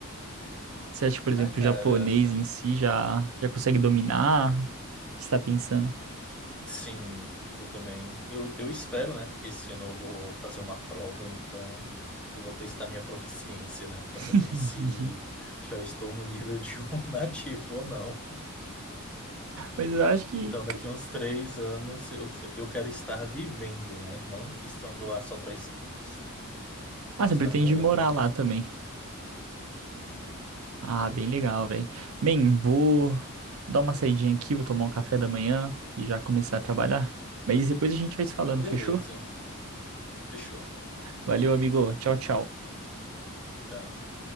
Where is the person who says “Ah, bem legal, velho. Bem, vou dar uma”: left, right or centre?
Right